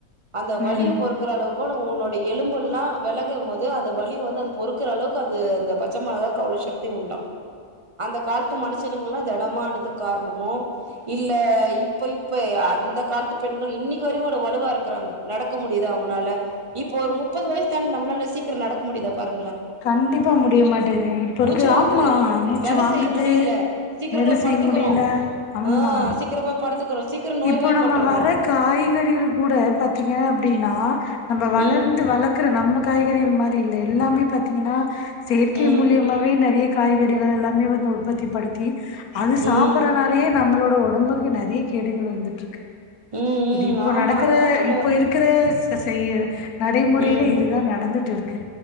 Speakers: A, on the right; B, on the left.
A: அந்த வலிய
B: ம்
A: பொறுக்குற அளவுக் கோட உன்னோட எலும்பு எல்லா வெலகு போது அந்த வலி வந்து அத பொறுக்குற அளவுக்கு அது அந்த பச்ச மொளகாக்கு அவ்ளோ சக்தி உண்டா அந்த காலத்து மனுஷனுங்ல்லா தெடமானதுக் காரணமோ இல்ல இப்ப இப்ப அந்த காலத்து பெண்கள் இன்னிக்கு வரையோட வலுவா இருக்கறாங்க நடக்க முடி முடியுதா அவங்கனால இப்போ ஒரு முப்பது வயசு தாண்டி நம்மளால சீக் கிர நடக்க முடியுதா பாரு
B: கண்டிப்பா முடிய மாட்டேதுங்க இப்ப
A: மூச்சு
B: இருக்குது
A: வாங்குது
B: ஆமா மூச்சு
A: வேல
B: வாங்குது
A: செய்ய முடியல சீக்கிரம்
B: வேல
A: போய்
B: செய்ய
A: படுத்துக்கிறோ
B: முடியல ஆமா
A: ஆ சீக்கிரம் போய் படுத்துக்கிறோ சீக்கிர நோய்வாய்ப்பட்டுறோ
B: இப்போ நம்ம வர காய்கறிகள் கூட பாத்தீங்க அப்டின்னா நம்ப வளர்ந்து
A: ம்
B: வளக்கற நம்மக் காய்கறிகள் மாரி இல்ல எல்லாமே பாத்தீங்கன்னா செயற்கை
A: ம்
B: மூலியமவே நெறைய காய்கறிகள் எல்லாமே வந்து உற்பத்திபடுத்தி அது சாப்றனாலயே
A: ம்
B: நம்மளோட ஒடம்புக்கு நெறைய கேடுகள் வந்துட்டிருக்கு
A: ம் ம்
B: இது இப்ப
A: ஆமா
B: நடக்கற
A: அததா சொல்ல
B: இப்ப
A: வரே
B: இருக்கிற செ செய்ய நடைமுறையில
A: ம்
B: இதுதா நடந்துட்டு இருக்கு